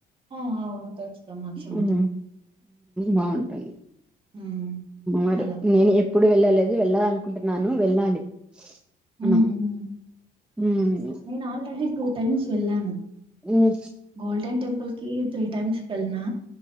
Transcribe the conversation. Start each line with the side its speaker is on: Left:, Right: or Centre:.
Right: ఆ అవును ఖచ్చితంగా క్షమత.
Centre: ఊహూ బాగుంటుంది
Right: హ్మ్.
Centre: మరి
Right: అలా.
Centre: నేను ఎ ఎప్పుడు వెళ్ళలేదు వెళ్ళాలన్ నుకుంటున్నాను వెళ్ళాలి
Right: హ్మ్.
Centre: మనం
Right: హ్మ్.
Centre: ఉమ్
Right: నేను ఆల్రెడీ టూ టైమ్స్ వెళ్ళాను,
Centre: ఉమ్
Right: గోల్డెన్ టెంపుల్ కి త్రీ టైమ్స్ కల్నా